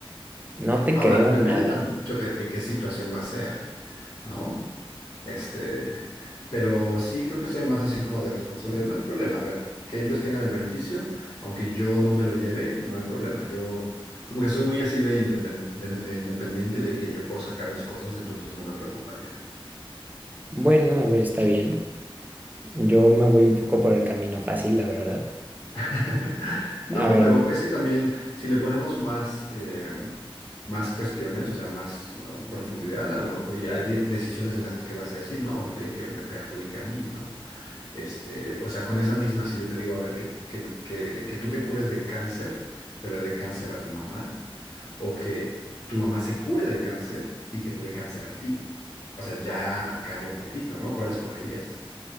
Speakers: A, on the right (about 15°); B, on the left (about 35°).
A: No te
B: Ahora,
A: creo
B: depende
A: nada.
B: también mucho de, de qué situación va a ser, ¿no? Este, pero sí creo que soy más así como de responsabilidad. No hay problema, a ver, que ellos tengan el beneficio, aunque yo no me lo lleve, no hay problema. Yo como que soy muy así de, independe- de de independiente y de que yo puedo sacar mis cosas, entonces no me preocuparía.
A: Bueno, a ver, está bien. Yo me voy un poco por el camino fácil, la verdad.
B: <laughs> No,
A: A ver,
B: pero es que también si le ponemos más, eh, más cuestiones, o sea, más uh, profundidad, a lo mejor y hay de- decisiones en las que vas a decir, no, ok, que me perjudica a mí, ¿no? Este, o sea, con esa misma, si yo te digo, a ver, que, que, que, que tú te cures de cáncer, pero le dé cáncer a tu mamá, o que tu mamá se cure de cáncer y que te dé cáncer a ti. O sea, ya cambia un poquito, ¿no? ¿Cuál escogerías?